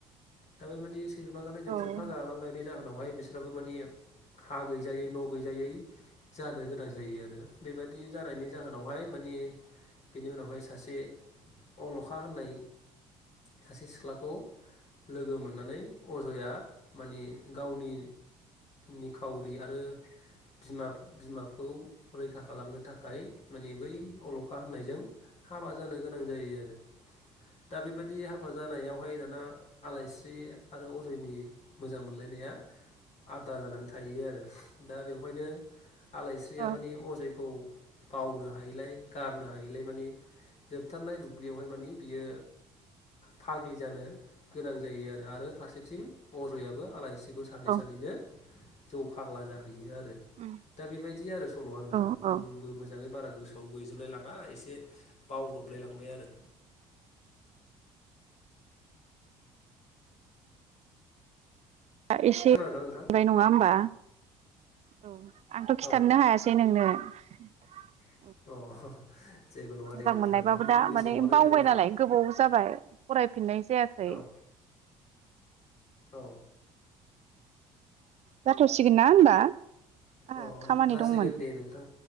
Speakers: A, on the left; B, on the right.
A: दा बेबायबादि सिरबांगा दैजों खुरखा
B: औ
A: जालांनाय जा उनावहाय बिस्राबो माने हा गैजायै न' गैजायै जानो गोनां जायो आरो। बेबायाददि जानायनि। जाहोनावहाय माने। बेनि उनावहाय सासे अलखा होननाय सासे सिख्लाखौ। लोगो मोननानै। अजया। माने गावनि। निखावरि आरो बिमा- बिमाखौ। रैखा खालामनो थाखाय माने बै अलखा होननायजों। हाबा जानो गोनां जायो आरो दा बेबायदि दि हाबा जानायाव ओमहाय दाना आलाइस <unintelligible> आरो अजयनि मोजां मोनलायनाया आद्रा जानानै थायो आरो दा बेवहायनो आलायस्रिया
B: औ
A: माने खौ बावनो हायिलाय गारनो हायिलाय मानि जोबथारनाय बुब्लियावहाय मानि बियो फाग्लि जानो गोनां जायो आरो आरो फारसेथिं अजयाबो आलायसि खौ सानै
B: औ
A: सानैनो जौ फाग्ला जाहैयो आर
B: उम,
A: दा बेबायदि आरो सल'आ नों नोंथां
B: औ औ
A: आंबो मोजाङै बारा गोसोआव गैजोबलाय लाङा एसे बावदबलाय लांबाय आरो
B: दा एसे
A: खोनादोंना
B: मोनबाय
A: नोंथां
B: नङा होमबा औ आंथ' खिथानोनो
A: औ
B: हायासै नोंनो <inaudible>
A: अ जेबो नङा
B: मोजां
A: दे नोंथां
B: मोननायबाबो दा
A: उननि
B: माने
A: समाव आरो
B: बावबाय
A: जोङो
B: नालाय गोबाव जाबाय फरायफिननाय जायाखै।
A: औ औ
B: जाथावसिगोन ना होमबा? आहा
A: अ
B: खामानि
A: जासिगोन
B: दंमोन
A: दे नोंथां